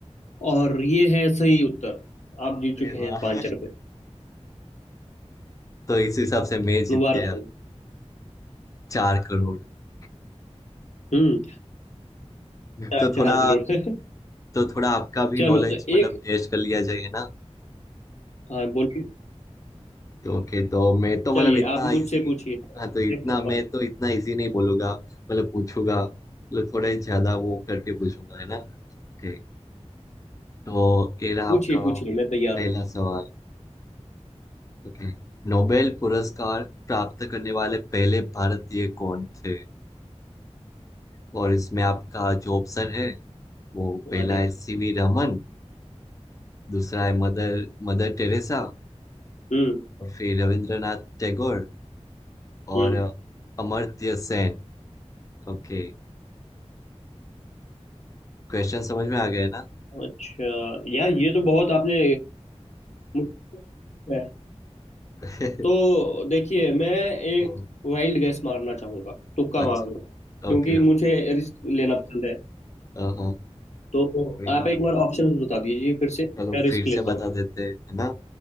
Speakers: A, on the left; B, on the left.
A: और ये है सही उत्तर आप जीत चुके
B: वाह
A: हैं पांच रुपए
B: तो इस हिसाब से मैं जीत
A: मुबारक
B: गया
A: हो
B: चार करोड़ <laughs>
A: हम्म चार
B: तो थोड़ा
A: चार करोड़ <laughs>
B: तो थोड़ा आपका भी
A: चलो
B: नॉलेज
A: तो
B: मतलब
A: एक
B: टेस्ट कर लिया जाएगा ना
A: हाँ बोलिए
B: तो ओके तो मैं तो
A: चलिए
B: मतलब इतना
A: आप
B: इजी
A: मुझसे पूछिए
B: हाँ तो इतना
A: देखो अपन-
B: मैं तो इतना इजी नहीं बोलूंगा मतलब पूछूंगा मतलब थोड़े ज्यादा वो करके पूछूंगा है ना ओके तो ये रहा
A: पूछिए
B: आपका
A: पूछिए मैं तैयार
B: पहला
A: हूँ
B: सवाल ओके नोबेल पुरस्कार प्राप्त करने वाले पहले भारतीय कौन थे और इसमें आपका जो ऑप्शन है वो पहला
A: अरे
B: है सीवी रमन दूसरा है मदर मदर टेरेसा
A: हम्म
B: और फिर रविंद्रनाथ टैगोर और
A: हम्म
B: अ, अमर्त्य सेन ओके क्वेश्चन समझ में आ गया ना
A: अच्छा यार ये तो बहुत आपने मुझसे है।
B: <laughs>
A: तो देखिए मैं एक
B: ओ,
A: वाइल्ड गैस मारना चाहूंगा तुक्का
B: अच्छा
A: मारूंगा क्योंकि
B: Okay
A: मुझे
B: okay
A: रिस्क लेना पसंद है
B: हाँ
A: तो
B: कोई नहीं
A: आप एक बार ऑप्शन बता दीजिए फिर से
B: चलो
A: मैं रिस्क
B: फिर
A: लेता
B: से बता
A: हूँ
B: देते हैं है ना